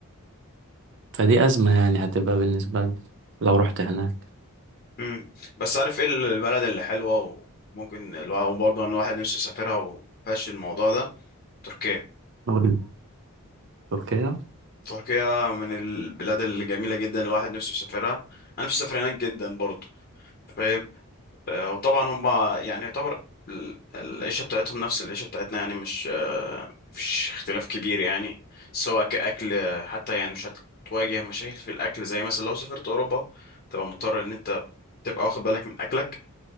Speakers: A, on the right (about 55°); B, on the left (about 40°).
A: فدي أزمة يعني هتبقى بالنسبة لي لو رحت هناك
B: <laughs> مم. بس عارف ايه البلد اللي حلوه وممكن الواحد برضه ان الواحد نفسه يسافرها ومفيهاش الموضوع ده تركيا
A: نقول تركيا
B: تركيا من البلاد الجميله جدا الواحد نفسه يسافرها انا نفسي اسافر هناك جدا برضه فاهم آه، وطبعا هم يعني يعتبر ال- العيشة بتاعتهم نفس العيشة بتاعتنا يعني مش آه، مفيش اختلاف كبير يعني سواء كأكل آه، حتى يعني مش هتواجه مشاكل في الأكل زي مثلا لو سافرت أوروبا تبقى مضطر إن أنت تبقى واخد بالك من أكلك